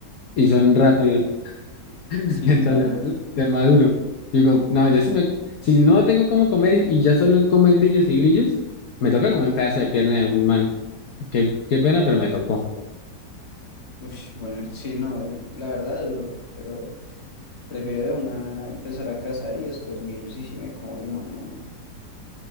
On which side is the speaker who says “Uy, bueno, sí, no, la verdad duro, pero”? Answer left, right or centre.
Left